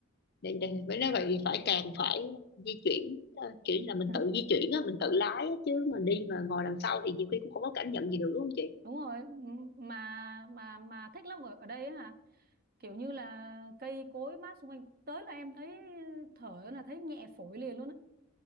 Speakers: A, on the left; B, on the right.
A: để, để, với nói vậy thì phải càng phải di chuyển ờ, kiểu như là mình
B: <laughs>
A: tự di chuyển á mình tự lái á, chứ mình đi mà ngồi đằng sau thì nhiều khi cũng không có cảm nhận gì được đúng không chị
B: đúng rồi m- mà mà mà thích lắm ở ở đây á kiểu như là cây cối mát xung quanh tới là em thấy thở là thấy nhẹ phổi liền luôn á